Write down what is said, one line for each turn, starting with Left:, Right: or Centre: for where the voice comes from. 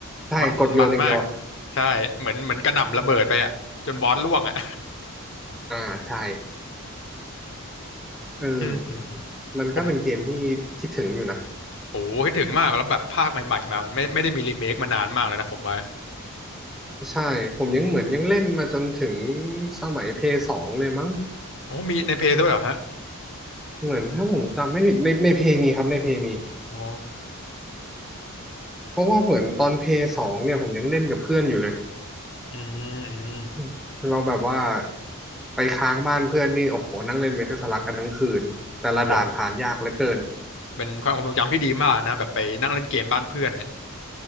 Centre: ใช่กดโยนอย่างเดียวอ่ะ
Left: มันมันมากใช่เหมือนเหมือนกระหน่ำระเบิดไปอะจนบอสล่วงอะ
Centre: อ่าใช่เออ
Left: อืม <laughs> อืม
Centre: มันก็เป็นเกมที่คิดถึงอยู่นะ
Left: ผมโอ้คิดถึงมากแล้วแบบภาคใหม่ๆมามันไม่ไม่ได้มีรีเมคมานานมากแล้วนะผมว่า
Centre: ใช่ผมยังเหมือนยังเล่นมาจนถึงสมัยเพย์สองเลยมั้ง
Left: โอ้มีในเพลย์ด้วยเหรอฮะ
Centre: เหมือนถ้าผมจำไม่ผิดในในเพย์มีครับในเพย์มี
Left: อ๋อ
Centre: เพราะว่าเหมือนตอนเพย์สองเนี่ยผมยังเล่นกับเพื่อนอยู่เลย
Left: อืมอืม
Centre: อืมเราแบบว่าไปค้างบ้านเพื่อนนี่โอ้โหนั่งเล่นเมทัลสลักกันทั้งคืนแต่ละด่านผ่านยากเหลือเกิน
Left: โอ้โหเป็นความทรงจำที่ดีมากนะแบบไปนั่งเล่นเกมบ้านเพื่อนเนี่ย